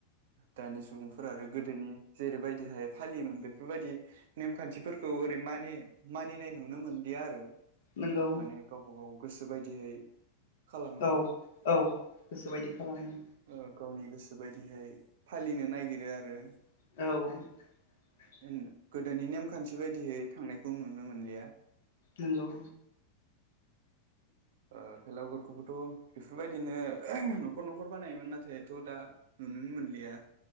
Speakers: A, on the right (about 55°); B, on the left (about 55°).
A: दानि सुबुंफोर आरो गोदोनि जेरैबायदिहाय फालियोमोन बेफोरबायदि नेमखान्थिफोरखौ ओरै मानि मानिनाय नुनो मोनलिया आरो।
B: नंगौ
A: माने गावबा गाव गोसो बायदिहै खालामो।
B: औ औ गोसोबायदि खालामो।
A: ओ गावनि गोसो बायदिहाय फालिनो नागिरो आरो।
B: औ
A: ओन गोदोनि नेमखान्थि बायदिहै थांनायखौ नुनो मोनलिया।
B: नंगौ
A: ओ भेलागुर खौबोथ' बेफोरबायदिनो न'खर न'खर बानायोमोन नाथायथ' दा नुनोनो मोनलिया।